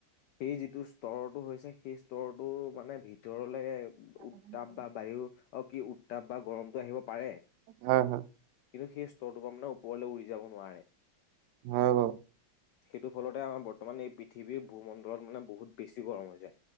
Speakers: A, on the left; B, on the right.
A: সেই যিটো স্তৰটো হৈছে, সেই স্তোৰটো মানে ভিতৰলে
B: <inaudible>
A: উত্তাপ বা বায়ু কি উত্তাপ বা গৰমটো আহিব পাৰে। কিন্তু
B: হয় হয়
A: সেই স্তৰটোৰ পৰা মানে ওপৰলৈ উৰি যাব নোৱাৰে।
B: হয় বাৰু
A: সেইটো ফলতে আমাৰ বৰ্তমান এই পৃথিৱীৰ ভূমণ্ডলত মানে বহুত বেছি গৰম হৈ যায়।